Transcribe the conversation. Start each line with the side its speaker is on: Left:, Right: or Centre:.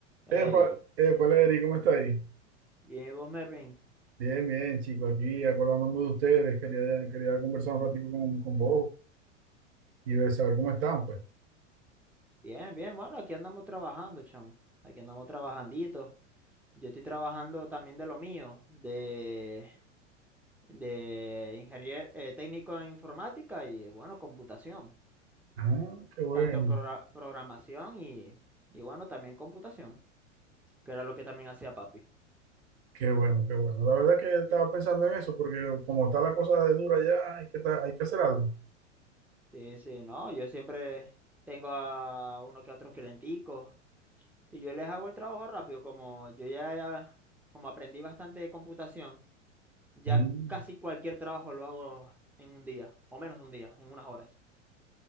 Centre: Hey,
Right: Epa, epa, Leri, ¿cómo está ahí?
Centre: bien, ¿y vos, Mervin.
Right: Bien, bien, chicos, aquí acordándome de ustedes, quería, quería conversar un ratito con, con vos y ver saber cómo están, pues.
Centre: Bien, bien, bueno, aquí andamos trabajando, chamo. Aquí andamos trabajandito. Yo estoy trabajando también de lo mío, de, de ingeniero eh, técnico en informática y, bueno, computación.
Right: Ah, qué bueno,
Centre: Tanto progra- programación y, y, bueno, también computación, que era lo que también hacía papi.
Right: qué bueno, qué bueno. La verdad que estaba
Centre: Sí,
Right: pensando en eso, porque como está la cosa de dura ya, hay que, ta- hay que hacer algo.
Centre: sí, sí, no, yo siempre tengo a uno que otros clienticos y yo les hago el trabajo rápido, como yo ya, ya- como aprendí bastante de computación. Ya
Right: Mm.
Centre: casi cualquier trabajo lo hago en un día, o menos de un día, en unas horas.